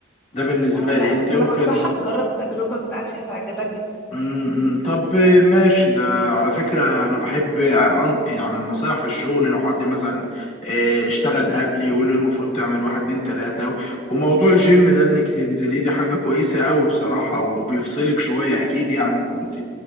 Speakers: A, on the left; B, in the centre.
A: ده بالنسبه
B: أنا لا
A: لي
B: بس
A: انت يمكن
B: انا بنصحك جرب التجربه بتاعتي هتعجبك جدا
A: امم، طب ماشي ده على فكرة أنا بحب أن- يعني النصايح في الشغل لو حد مثلا آه، اشتغل قبلي يقول لي المفروض تعمل واحد اتنين تلاتة و- وموضوع الجيم ده إنك تنزلي دي حاجة كويسة أوي بصراحة وبيفصلك شوية أكيد يعني كنت